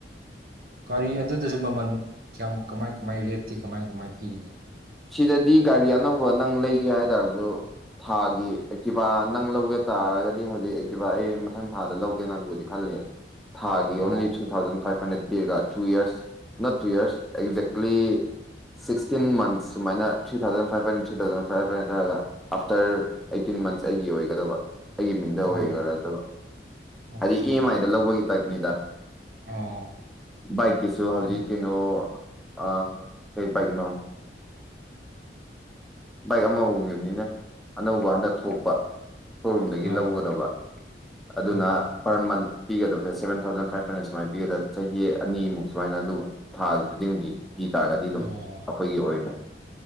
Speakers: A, on the right (about 55°); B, in the centre.
A: ꯒꯥꯔꯤ ꯑꯗꯨꯗꯁꯨ ꯃꯃꯜ ꯀꯌꯥꯝ ꯀꯃꯥꯏ ꯀꯃꯥꯏ ꯔꯦꯠꯇꯤ ꯀꯃꯥꯏ ꯀꯃꯥꯏ ꯄꯤꯔꯤꯅꯤ
B: ꯁꯤꯗꯗꯤ ꯒꯥꯔꯤ ꯑꯅꯧꯕ ꯅꯪ ꯂꯩꯒꯦ ꯍꯥꯏꯇꯥꯔꯁꯨ ꯊꯥꯒꯤ ꯑꯦꯛꯇꯤꯚꯥ ꯅꯪ ꯂꯧꯒꯦ ꯇꯥꯔꯒꯗꯤ ꯍꯧꯖꯤꯛ ꯑꯦꯛꯇꯤꯚ ꯑꯩ ꯃꯊꯪ ꯊꯥꯗ ꯂꯧꯒꯦꯅꯪꯕꯨꯗꯤ ꯈꯂꯕ ꯊꯥꯒꯤ ꯑꯣꯟꯂꯤ
A: ꯑꯣ
B: ꯊ꯭ꯔꯤ ꯊꯥꯎꯖꯟ ꯐꯥꯏꯚ ꯍꯟꯗ꯭ꯔꯦꯠ ꯄꯤꯔꯒ two years not two years exactly sixteen months ꯁꯨꯃꯥꯏꯅ three thousand five hundred three thousand five hundred ꯍꯥꯏꯔꯒ ꯑꯥꯐꯇꯔ ꯑꯩꯠꯇꯤꯟ ꯃꯟꯁ ꯑꯩꯒꯤ ꯑꯣꯏꯒꯗꯕ ꯑꯩꯒꯤ ꯃꯤꯡꯗ
A: ꯑꯣ
B: ꯑꯣꯏꯒꯗꯕ
A: ꯑꯣꯀꯦ
B: ꯍꯥꯏꯗꯤ ꯏ ꯑꯦꯝ ꯑꯥꯏꯗ ꯂꯧꯕꯒꯤ ꯇꯥꯏꯞꯅꯤꯗ
A: ꯑꯣ
B: ꯕꯥꯏꯛꯀꯤꯁꯨ ꯍꯧꯖꯤꯛ
A: ꯑꯗꯨ
B: ꯀꯩꯅꯣ ꯑ ꯀꯩ ꯄꯏꯛ ꯅꯣ ꯕꯥꯏꯛ ꯑꯃ ꯎꯈꯤꯕꯅꯤꯅ ꯑꯅꯧꯕ ꯍꯟꯗꯛ ꯊꯣꯛꯄ ꯁꯣꯔꯨꯝꯗꯒꯤ
A: ꯑꯣ
B: ꯂꯧꯒꯗꯕ ꯑꯗꯨꯅ
A: ꯎꯝ
B: ꯄꯔ ꯃꯟ ꯄꯤꯒꯗꯕꯁꯦ ꯁꯚꯦꯟ ꯊꯥꯎꯖꯟ ꯐꯥꯏꯚ ꯍꯟꯗ꯭ꯔꯦꯗ ꯁꯨꯃꯥꯏꯅ ꯄꯤꯒꯗ꯭ꯔꯥ ꯆꯍꯤ ꯑꯅꯤꯃꯨꯛ ꯁꯨꯃꯥꯏꯅ ꯑꯗꯨꯝ ꯊꯥ ꯈꯨꯗꯤꯡꯒꯤ ꯄꯤ ꯇꯥꯔꯒꯗꯤ ꯑꯗꯨꯝ
A: ꯑꯣ
B: ꯑꯩꯈꯣꯏꯒꯤ ꯑꯣꯏꯔꯦ